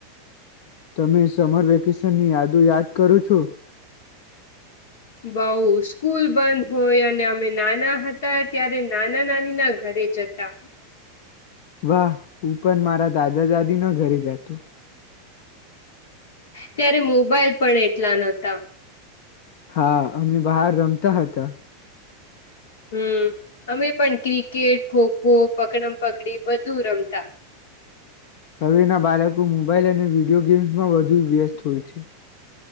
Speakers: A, on the left (about 55°); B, on the left (about 80°).
A: તમે સમર વેકેશન ની યાદો યાદ કરો છો
B: બઉ સ્કૂલ બંધ હોય અને અમે નાના હતા ત્યારે નાના નાની ના ઘરે જતા
A: વાહ હું પણ મારા દાદા દાદી ના ઘરે જાતો.
B: ત્યારે મોબાઈલ પણ એટલા નહતા.
A: હા અમે બહાર રમતા હતા.
B: હમ અમે પણ ક્રિકેટ ખોખો પકડમ પકડી બધું રમતા.
A: હવેના બાળકો મોબાઈલ અને વિડિયો ગેમ્સમાં વધુ વ્યસ્ત હોય છે.